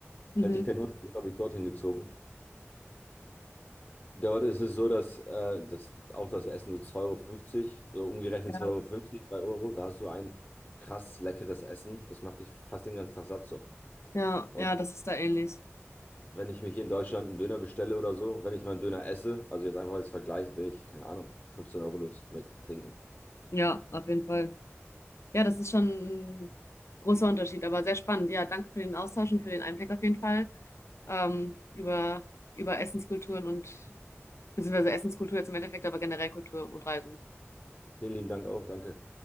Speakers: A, on the left; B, on the left.
A: Mhm.
B: Hätte ich keinen Hund, glaube ich, dorthin gezogen. Dort ist es so, dass, äh, das, auch das Essen so zwei Euro, fünfzig so umgerechnet
A: Ja,
B: zwei Euro, fünfzig, drei Euro, da hast du ein krass leckeres Essen. Das macht dich fast den ganzen Tag satt so.
A: ja,
B: Und
A: ja, das ist da ähnlich.
B: Wenn ich mich hier in Deutschland einen Döner bestelle oder so, wenn ich mal einen Döner esse, also jetzt einfach als Vergleich, bin ich, keine Ahnung, 15 Euro los mit Trinken.
A: Ja, auf jeden Fall. Ja, das ist schon ein großer Unterschied, aber sehr spannend. Ja, danke für den Austausch und für den Einblick auf jeden Fall ähm, über, über Essenskulturen und beziehungsweise Essenskultur jetzt im Endeffekt, aber generell Kultur und Reisen.
B: Vielen lieben Dank auch, danke.